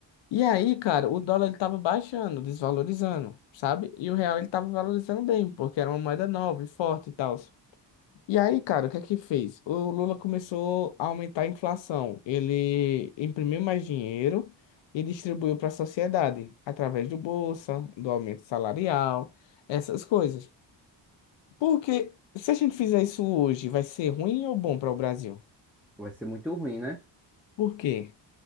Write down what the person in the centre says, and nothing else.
vai ser muito ruim, né?